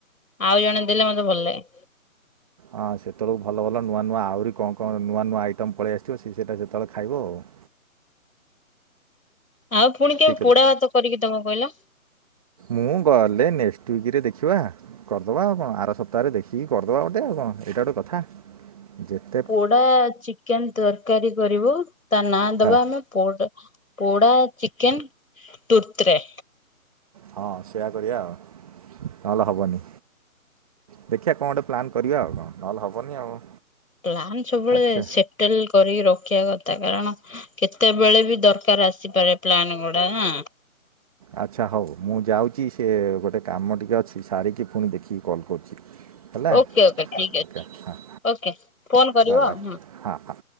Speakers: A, on the left; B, on the right.
A: ଆଉ ଜଣେ ଦେଲେ ମତେ ଭଲ ଲାଗେ।
B: ହଁ ସେତେବେଳକୁ ଭଲ ଭଲ ନୂଆ ନୂଆ ଆହୁରି କଣ କଣ ନୂଆ ନୂଆ ଆଇଟମ୍ ପଳେଇ ଆସଥିବ, ସେ ସେଇଟା ସେତେବେଳେ ଖାଇବ ଆଉ। <inaudible>
A: ଆଉ ପୁଣି କେବେ
B: ଠିକ୍ରେ
A: ପୋଡା ଭାତ କରିକି ଦବ କହିଲ।
B: ମୁଁ ଗଲେ ନେଷ୍ଟ ୱିକରେ ଦେଖିବା କରିଦବା ଆଉ କଣ ଆର ସପ୍ତାହରେ ଦେଖିକି କରିଦବା ଗୋଟେ ଆଉ କଣ। ଏଇଟା ଗୋଟେ କଥା। ଯେତେ
A: ପୋଡା ଚିକେନ ତରକାରୀ କରିବୁ ତା ନାଁ ଦବା
B: ହଁ
A: ଆମେ ପୋଡ। ପୋଡା ଚିକେନ ତୁର୍ତରେ।
B: ହଁ ସେୟା କରିବା ଆଉ। ନହେଲେ ହବନି। ଦେଖିବା କଣ ଗୋଟେ ପ୍ଲାନ କରିବା ଆଉ କଣ ନହେଲେ ହବନି ଆଉ।
A: ପ୍ଲାନ ସବୁବେଳେ
B: ଆଚ୍ଛା
A: ସେଟେଲ କରିକି ରଖିଆ କ ତା କାରଣ କେତେବେଳେ ବି ଦରକାର ଆସିପାରେ ପ୍ଲାନ ଗୁଡା ନା।
B: ଆଚ୍ଛା ହଉ ମୁଁ ଯାଉଛି ସେ ଗୋଟେ କାମ ଟିକେ ଅଛି ସାରିକି ପୁଣି ଦେଖିକି କଲ କରୁଛି। ହେଲା
A: ଓକେ ଓକେ ଠିକ ଅଛି
B: ଓକେ ହଁ
A: ଓକେ ଫୋନ କରିବ
B: ବାଏ ବାଏ
A: ହୁଁ।
B: ହଁ ହଁ।